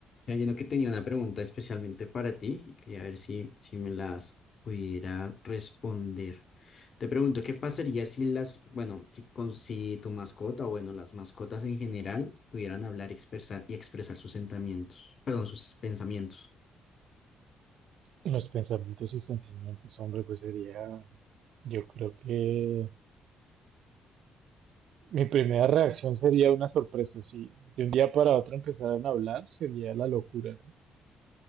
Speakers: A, on the left (about 50°); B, on the right (about 75°).
A: Mira, Lleno que tenía una pregunta especialmente para ti y quería ver si, si me las pudiera responder. Te pregunto, ¿qué pasaría si las, bueno, si, con, si tu mascota o bueno, las mascotas en general pudieran hablar y expresar, y expresar sus sentimientos, perdón, sus pensamientos?
B: Los pensamientos y sentimientos, hombre, pues sería, yo creo que mi primera reacción sería una sorpresa. Si de un día para otro empezaran a hablar, sería la locura, ¿no?